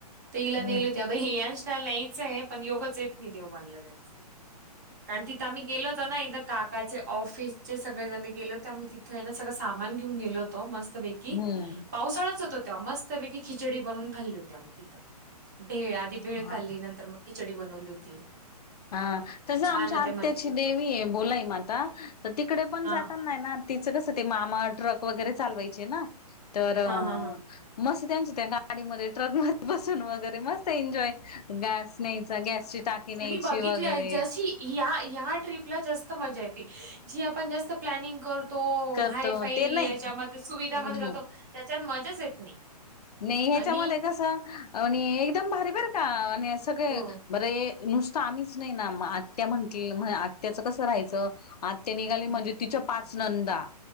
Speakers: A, on the right; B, on the left.
A: ते इला
B: हम्म.
A: नेल होती. <unintelligible> न्यायचंय पण योगच येत नाही देवबाणला जायचं. कारण तिथं आम्ही गेलो होतो ना एकदा? काकाच्या ऑफिसचे सगळे जण गेले होते. आम्ही तिथे आहे ना? सगळं सामान घेऊ गेलो होत मस्त पै कि
B: हम्म
A: पावसाळाच होता तेव्हा मस्तपैकी खिचडी बनून खाल्ली होती आम्ही तिथ भेळ ती भेळ
B: हा.
A: खाल्ली नंतर मग खिचडी बनवली होती.
B: हा तस आमच्या
A: छान आहे
B: आत्याची
A: ते म
B: देवी हे बोलाई माता तर तिकडे पण
A: हा
B: जातना यना. तिच कस ते मामा ट्रक वगैरे चालवायचे ना तर
A: हा हा हा.
B: मस्त त्यांच्या त्या गाडीमध्ये ट्रक मध्ये बसून वगैरे मस्त एन्जॉय गॅस न्यायचा गॅसची टाकी न्यायची.
A: बघितला
B: वगैरे
A: यांच्याशी. ह्या ह्या ट्रीपला जास्त मजा येते जी आपण जास्त प्लॅनिंग कर तो
B: करतो
A: हायफाय
B: ते
A: याच्यामध्ये सुविधामध्ये
B: नाही
A: जातो त्याच्यात मजाच येत नाही.
B: नाही ह्याच्यामध्ये
A: आणि
B: कस आणि एकदम भारी बर का आणि सगळे
A: हो
B: बरे नुसत आम्हीच नाही ना आत्या म्हंटली आत्याचं कस राहायच. ते निघाली
A: हम्म,
B: म्हणजे तिच्या पाच नंदा